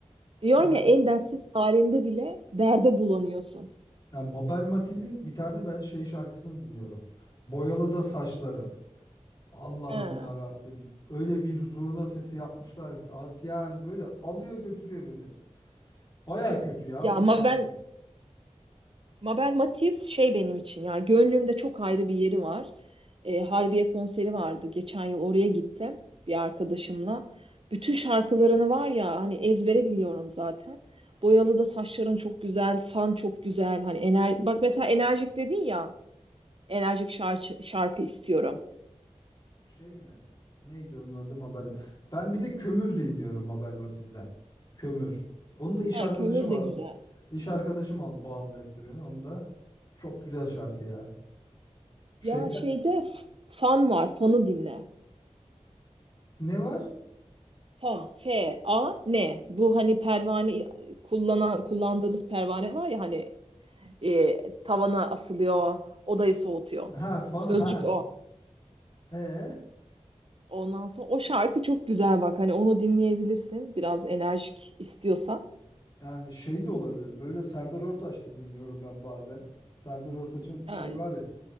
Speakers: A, on the right (about 50°); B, on the left (about 35°).
A: Diyorum
B: Ben
A: ya en dertsiz halinde bile derde bulanıyorsun.
B: Ya Mabel Matiz'in bir tane ben şey şarkısını dinliyorum. Boyalı da saçların. Allah'ım
A: Ha.
B: ya Rabbim. Öyle bir zurna sesi yapmışlar ki at yani böyle alıyor götürüyor beni. Baya kötü ya
A: Ya
B: o da
A: Mabel,
B: şarkı.
A: Mabel Matiz şey benim için ya gönlümde çok ayrı bir yeri var. Ee, Harbiye konseri vardı geçen yıl oraya gittim bir arkadaşımla. Bütün şarkılarını var ya hani ezbere biliyorum zaten. Boyalı da saçların çok güzel, fan çok güzel. Hani ener bak mesela enerjik dedin ya enerjik şarkı, şarkı istiyorum.
B: Şey mi? Neydi onun adı Mabel? Ben bir de Kömür dinliyorum Mabel Matiz'den. Kömür. Onu da iş
A: Ha,
B: arkadaşım
A: kömür
B: al,
A: de güzel.
B: iş arkadaşım al bağımlı etti beni. Onu da çok güzel şarkı ya. Şeyde
A: Ya şeyde f- fan var, fanı dinle.
B: ne var?
A: Fan, F-A-N. Bu hani pervane kullanan kullandığımız pervane var ya hani e, tavana asılıyor, odayı soğutuyor.
B: Ha fan
A: Sözcük
B: ha.
A: o.
B: E
A: Ondan sonra o şarkı çok güzel bak. Hani onu dinleyebilirsin. Biraz enerjik istiyorsan.
B: Yani şey de olabilir. Böyle Serdar Ortaç da dinliyorum ben bazen. Serdar Ortaç'ın şey
A: Yani
B: var ya.